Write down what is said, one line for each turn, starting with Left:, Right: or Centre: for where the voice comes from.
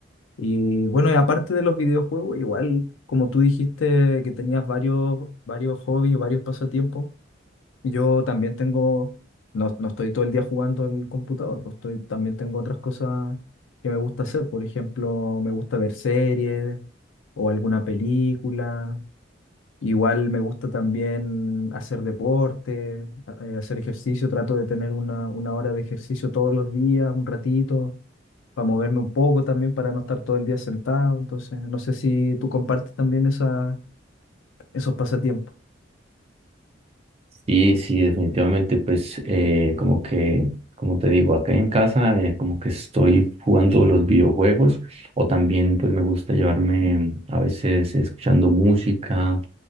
Left: Y bueno, y aparte de los videojuegos, igual como tú dijiste que tenías varios, varios hobbies, varios pasatiempos, yo también tengo, no, no estoy todo el día jugando al computador, pues estoy, también tengo otras cosas que me gusta hacer, por ejemplo, me gusta ver series o alguna película. Igual me gusta también hacer deporte, a- eh, hacer ejercicio, trato de tener una, una hora de ejercicio todos los días, un ratito, para moverme un poco también, para no estar todo el día sentado. Entonces, no sé si tú compartes también esa, esos pasatiempos.
Right: Y sí, definitivamente, pues eh, como que, como te digo, acá en casa eh, como que estoy jugando los videojuegos o también pues me gusta llevarme a veces escuchando música,